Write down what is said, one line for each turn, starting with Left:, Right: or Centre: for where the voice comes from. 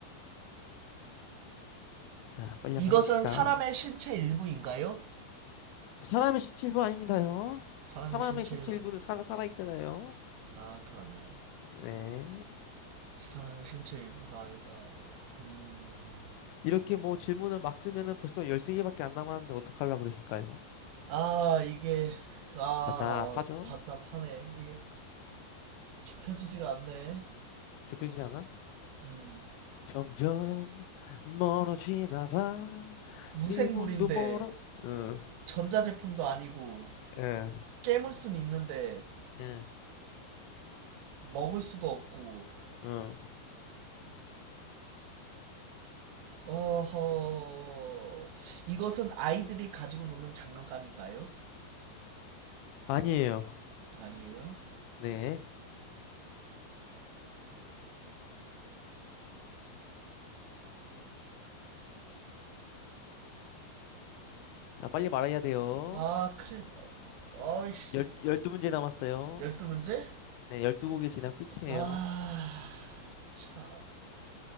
Left: 자, 빨리 한번
Right: 이것은
Left: 해봅시다.
Right: 사람의 신체 일부인가요?
Left: 사람의 신체 일부 아닙니다요.
Right: 사람의
Left: 사람의
Right: 신체
Left: 신체
Right: 일부.
Left: 일부는 살아, 살아있잖아요.
Right: 아, 그러네.
Left: 네.
Right: 사람의 신체 일부도 아니다. 음.
Left: 이렇게 뭐 질문을 막 쓰면은 벌써 13개밖에 안 남았는데 어떡하려고 그러실까요?
Right: 아, 이게, 아,
Left: 답답하죠?
Right: 답답하네. 이게 좁혀지지가 않네.
Left: 좁혀지지 않아?
Right: 음.
Left: 점점 멀어지나 봐.
Right: 무생물인데,
Left: 질문도 멀어. 응,
Right: 전자제품도 아니고,
Left: 응,
Right: 깨물 순 있는데,
Left: 응,
Right: 먹을 수도 없고,
Left: 응.
Right: 어허, 이것은 아이들이 가지고 노는 장난감인가요?
Left: 아니에요.
Right: 아니에요.
Left: 네. 자, 빨리 말해야 돼요.
Right: 아, 큰일, 나. 아이씨,
Left: 열, 열두 문제 남았어요.
Right: 열두 문제
Left: 네, 12곡이 지나 끝이에요.
Right: 아, 참.